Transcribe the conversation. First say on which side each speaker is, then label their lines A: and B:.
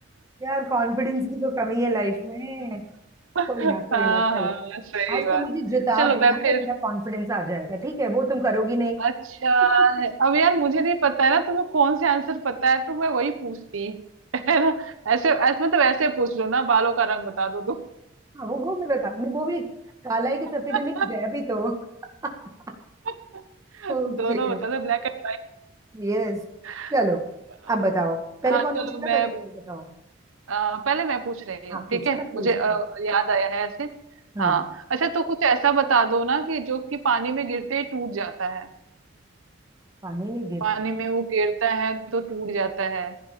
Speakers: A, on the right; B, on the right.
A: यार कॉन्फिडेंस की तो कमी है लाइफ में
B: हाँ
A: कोई ना कोई ना चल
B: हाँ सही
A: आज
B: बात
A: तो मुझे जिता
B: चलो
A: देना
B: मैं फिर
A: तो मेरा कॉन्फिडेंस आ जाएगा ठीक है वो तुम करोगी नहीं
B: अच्छा
A: <laughs>
B: अब यार मुझे नहीं पता है ना तुम्हें कौन से आंसर पता है तो मैं वही पूछती <laughs> है ना ऐसे ऐसे मतलब ऐसे पूछ लो ना बालों का रंग बता दो तुम
A: हाँ, वो वो मैं बता मैं वो भी काला है कि सफेद
B: <laughs>
A: मिक्स है अभी तो <laughs>
B: <laughs>
A: ओके
B: दोनों बता दो ब्लैक एंड
A: यस
B: व्हाइट
A: चलो
B: <laughs>
A: अब बताओ पहले
B: हाँ
A: कौन
B: चलो
A: पूछेगा
B: मैं
A: पहले ये बताओ
B: अ, पहले मैं पूछ रही
A: हाँ
B: हूँ ठीक
A: पूछो
B: है
A: ना प्लीज
B: मुझे अ, याद आया है ऐसे
A: हम्म
B: हाँ अच्छा तो कुछ ऐसा बता दो ना कि जो कि पानी में गिरते ही टूट जाता है
A: पानी में गिर
B: पानी में वो गिरता है तो टूट जाता है